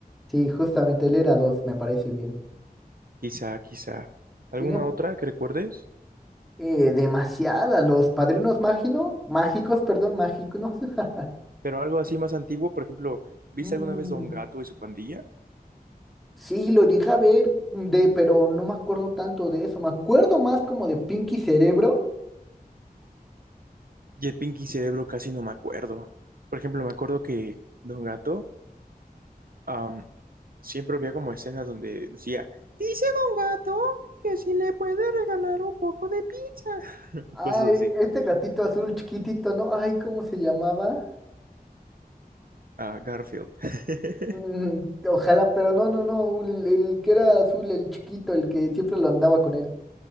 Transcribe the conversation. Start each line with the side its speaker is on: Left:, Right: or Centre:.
Centre: Sí, justamente él era dos, me parece bien.
Right: Quizá, quizá. ¿Alguna
Centre: Sí, no,
Right: otra que recuerdes?
Centre: eh, demasiada, los padrinos mágino, mágicos, perdón, mágicos. <laughs>
Right: Pero algo así más antiguo, por ejemplo, ¿viste
Centre: Mm,
Right: alguna vez Don Gato y su pandilla?
Centre: sí, lo llegué a ver de, pero no me acuerdo tanto de eso. Me acuerdo más como de Pinky Cerebro
Right: Y el Pinky Cerebro casi no me acuerdo. Por ejemplo, me acuerdo que Don Gato am, siempre había como escenas donde decía, dice Don Gato que si le puede regalar un poco de pizza. <laughs>
Centre: Ay,
Right: Cosas así.
Centre: este gatito azul chiquitito, ¿no? Ay, ¿cómo se llamaba?
Right: A Garfield.
Centre: Mm,
Right: <laughs>
Centre: ojalá, pero no, no, no, un- el que era azul, el chiquito, el que siempre lo andaba con él.